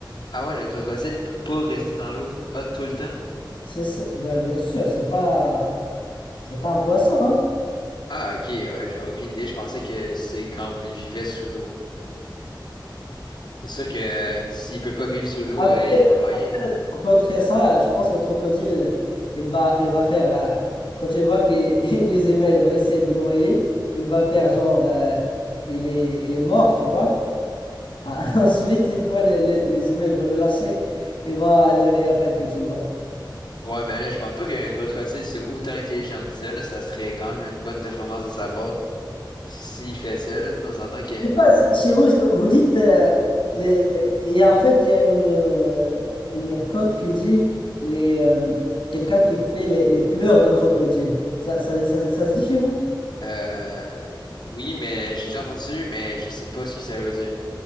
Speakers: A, on the left (about 60°); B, on the left (about 85°).
A: Ah ouais, le crocodile peut pas rester dans l'eau t- hot tout le temps?
B: C'est ça- ben, bien sûr, c'est pas, c'est pas un poisson, hein.
A: Ah, ok. Ouais, j'avais aucune idée. Je pensais que c'est comme il vivait sous l'eau. Bon. C'est sûr que euh, s'il peut pas vivre sous l'eau,
B: Après,
A: euh, ils vont le noyer. hein.
B: pour contrer ça, je pense que le crocodile, il va, il va faire, euh, quand il voit que <laughs> les humains ils vont essayer de le noyer, il va faire genre, euh, il est, il est mort, tu vois. Ah, <laughs> Ensuite, une fois les, les, les humains ils vont le lâcher, il va les réattaquer, tu vois.
A: Ouais, mais là, je pense pas qu'un crocodile, c'est autant intelligent que ça. là. Ça serait quand même une bonne performance de sa part. si, S'il fait ça, là, on s'entend que...
B: Je sais pas, c- chez vous, est-ce que vous dites, euh, les- les- il y a, en fait, il y a une, euh, une cote qui dit les, euh, quelqu'un qui fait les, les pleurs de crocodile. Ça, ça, ça, ça se dit chez vous?
A: Euh, oui, mais j'ai déjà entendu, mais je sais pas ce que ça veut dire.